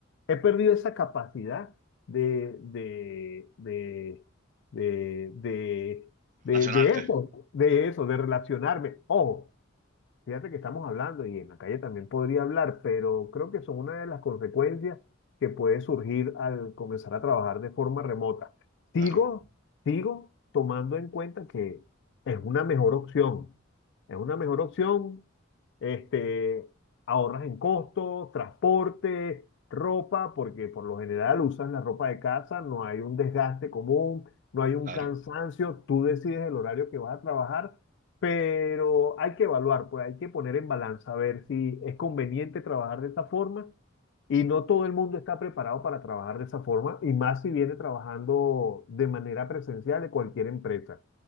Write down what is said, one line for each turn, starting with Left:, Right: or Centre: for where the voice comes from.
Left: he perdido esa capacidad de, de, de, de, de, de,
Right: Relacionarte.
Left: de eso, de eso, de relacionarme. Ojo, Fíjate que estamos hablando y en la calle también podría hablar, pero creo que son una de las consecuencias que puede surgir al comenzar a trabajar de forma remota. Sigo,
Right: Claro,
Left: sigo tomando en cuenta que es una mejor opción. Es una mejor opción, este, ahorras en costos, transporte, ropa, porque por lo general usas la ropa de casa, no hay un desgaste común, no hay un
Right: claro.
Left: cansancio, tú decides el horario que vas a trabajar pero hay que evaluar, pues hay que poner en balanza, a ver si es conveniente trabajar de esa forma y no todo el mundo está preparado para trabajar de esa forma y más si viene trabajando de manera presencial de cualquier empresa.